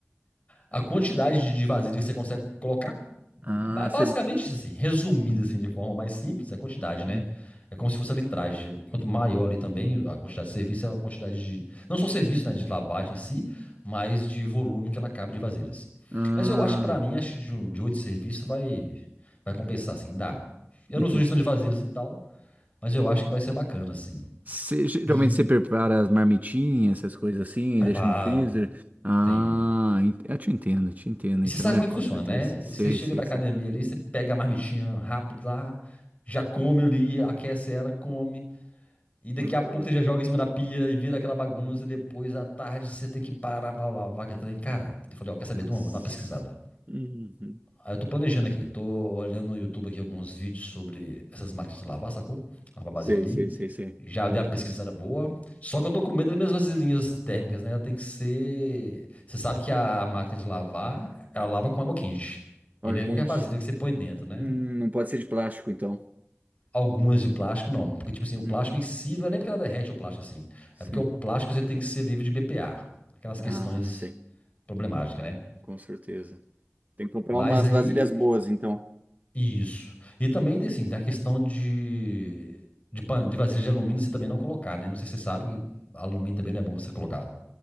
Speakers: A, on the left; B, on the right.
A: A quantidade de, de vasilha que você consegue colocar. ba-
B: Ah,
A: Basicamente
B: seria.
A: isso assim, resumido assim, de forma mais simples, é a quantidade, né?
B: Hum.
A: É como se fosse a litragem. Quanto maior ali também, a quantidade de serviço é a quantidade de. Não só serviço, né? De lavagem em si, mas de volume que ela cabe de vasilhas.
B: Ah,
A: Mas eu acho que pra mim, acho que de um- de oito serviços vai, vai compensar, assim, dá. Eu
B: entendi.
A: não sou gestão de vasilhas assim tal, mas eu acho que vai ser bacana, assim.
B: Você- geralmente
A: E
B: você prepara as marmitinhas, essas coisas assim,
A: preparo.
B: deixa no freezer. Ah,
A: Tem
B: en- eu te entendo, te entendo.
A: E
B: Então,
A: você sabe
B: é,
A: como é
B: com
A: que funciona,
B: certeza.
A: né?
B: Sei,
A: Você chega
B: sei,
A: da academia
B: sei.
A: ali, você pega a marmitinha rápido lá, já come ali, aquece ela, come. E daqui
B: Manda
A: a
B: pra
A: pouco
B: dentro.
A: você já joga em cima da pia e vira aquela bagunça. E depois, à tarde, você tem que parar pra lavar aquele trem. Cara, eu falei, ó, quer saber
B: Nossa.
A: de uma? Vou dar uma pesquisada.
B: Uhum.
A: Aí eu tô planejando aqui, tô olhando no YouTube aqui alguns vídeos sobre essas máquinas de lavar, sacou? Lavar vasilha
B: Sei,
A: ali.
B: sei, sei, sei.
A: Já dei uma pesquisada boa. Só que eu tô com medo das minhas vasilhinhas térmicas, né? Ela tem que ser. Você sabe que a máquina de lavar, ela lava com água quente.
B: Olha,
A: E não é
B: quente.
A: qualquer vasilha que você põe dentro, né?
B: Hum, não pode ser de plástico, então.
A: Algumas de plástico, não. Porque, tipo assim, o plástico
B: Uhum.
A: em si, não é nem porque ela derrete o plástico assim.
B: Sim.
A: É porque o plástico você tem que ser livre de BPA. Aquelas questões
B: Ah, sei.
A: problemáticas, né?
B: Com certeza. Tem que comprar
A: Mas
B: umas
A: aí.
B: vasilhas boas, então.
A: Isso. E também tem, assim, tem a questão de. De, pan... de vasilha de alumínio você também não colocar, né? Não sei se você sabe que alumínio também não é bom você colocar